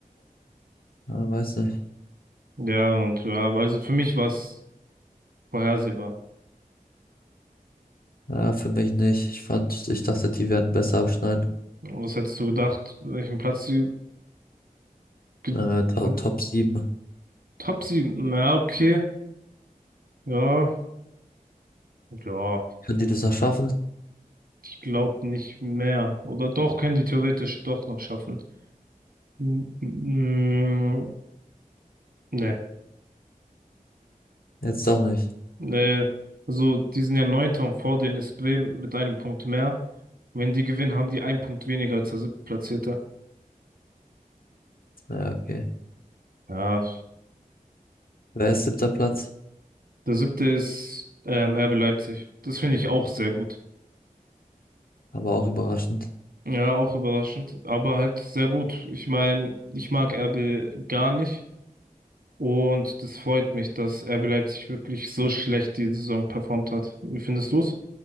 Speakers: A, on the left; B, on the right.
A: ja, weiß nicht.
B: Ja, und ja, also für mich war's vorhersehbar.
A: Ja, für mich nicht. Ich fand, ich dachte, die werden besser abschneiden.
B: Was hättest du gedacht, welchen Platz sie ge-
A: Äh, to
B: kommen?
A: Top
B: hätten?
A: sieben.
B: Top sieben, na okay, ja, ja.
A: Können die das noch schaffen?
B: Ich glaube nicht mehr. Oder doch, können die theoretisch doch noch schaffen. M- m- Nee,
A: Jetzt doch nicht.
B: nee. Also, die sind ja neunter und vor denen ist Bremen mit einem Punkt mehr. Wenn die gewinnen, haben die einen Punkt weniger als der siebtplatzierte.
A: Ja, okay.
B: Ja,
A: Wer ist siebter Platz?
B: der siebte ist ähm, RB Leipzig. Das finde ich auch sehr gut.
A: Aber auch überraschend.
B: Ja, auch überraschend, aber halt sehr gut. Ich meine, ich mag RB gar nicht und das freut mich, dass RB Leipzig wirklich so schlecht die Saison performt hat. Wie findest du's?